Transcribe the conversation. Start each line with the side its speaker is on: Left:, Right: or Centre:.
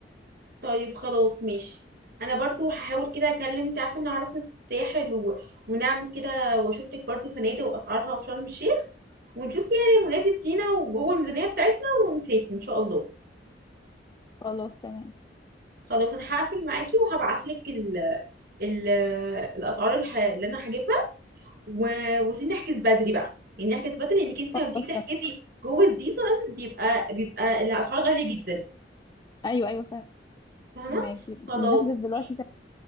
Right: طيب خلاص ماشي انا برضو هحاول كده اكلم انت عارفه ان اعرف ناس في الساحل و... ونعمل كده واشوف لك برضو فنادق واسعارها في شرم الشيخ ونشوف يعني مناسب لينا وجوه الميزانيه بتاعتنا ونسافر ان شاء الله
Left: خلاص تمام
Right: خلاص انا هقفل معاكي وهبعت لك ال ال الاسعار الح- اللي انا هجيبها و... وسيبني احجز بدري بقى يعني احجز بدري لانك انت
Left: خلاص
Right: لما بتيجي تحجزي
Left: تمام
Right: جوه السيزون بيبقى بيبقى الاسعار غاليه جدا
Left: ايوه ايوه
Right: فاهمه
Left: فهماكي
Right: خلاص
Left: نحجز دلوقتي
Right: ماشي
Left: تمام.